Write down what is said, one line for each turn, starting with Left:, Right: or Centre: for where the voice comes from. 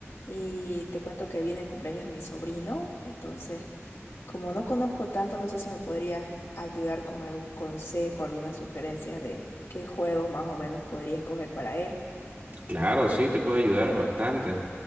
Left: y te cuento que viene el cumpleaños de mi sobrino, entonces, como no conozco tanto, no sé si me podrías ayudar con algún consejo, alguna sugerencia de qué juegos más o menos podría escoger para él.
Right: Claro, sí, te puedo ayudar bastante.